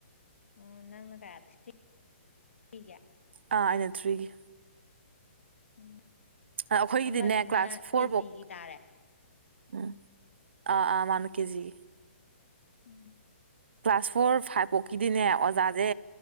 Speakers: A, on the left; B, on the right.
A: ꯎꯝ ꯅꯪꯅ ꯀꯥꯏ ꯀ
B: ꯑꯥ ꯑꯩꯅ ꯊ꯭ꯔꯤꯒ
A: ꯎꯝ
B: ꯑ ꯑꯩꯈꯣꯏꯒꯤꯗꯤꯅꯦ
A: ꯑꯃꯗꯨꯅ
B: ꯀ꯭ꯂꯥꯁ ꯐꯣꯔ
A: ꯀꯦꯖꯤꯒꯤ
B: ꯐꯧ
A: ꯇꯥꯔꯦ
B: ꯎꯝ ꯑ ꯑꯥ ꯃꯅ ꯀꯦꯖꯤ
A: ꯎꯝ
B: ꯀ꯭ꯂꯥꯁ ꯐꯣꯔ ꯐꯥꯏꯚ ꯄꯣꯛꯈꯤꯗꯤꯅꯦ ꯑꯣꯖꯥꯁꯦ